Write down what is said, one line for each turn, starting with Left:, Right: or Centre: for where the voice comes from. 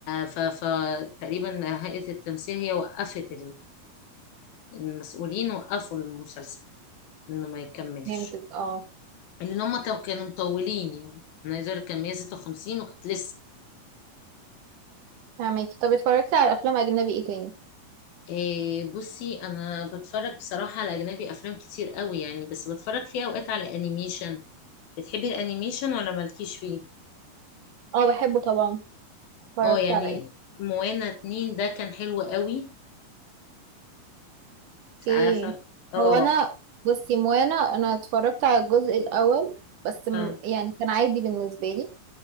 Left: ف فتقريبا هيئة التمثيل هي وقفت المسؤولين وقفوا المسلسل انه ما يكملش
Right: فهمتك اه
Left: لان هم تو- كانوا مطولين يعني انا عايزه اقول لك كان 156 وكانت لسه
Right: فهمك طب اتفرجتي على افلام اجنبي ايه تاني
Left: إيه بصي انا بتفرج بصراحه على اجنبي افلام كتير قوي يعني بس بتفرج فيها اوقات على انيميشن بتحبي الانيميشن ولا مالكيش فيه
Right: اه بحبه طبعا اتفرجت
Left: اه يعني
Right: على ايه
Left: موانا اتنين ده كان حلو قوي
Right: اوكي
Left: مش عارفه اه
Right: هو انا بصي موانا انا اتفرجت على الجزء الاول بس م-
Left: آه.
Right: يعني كان عادي بالنسبه لي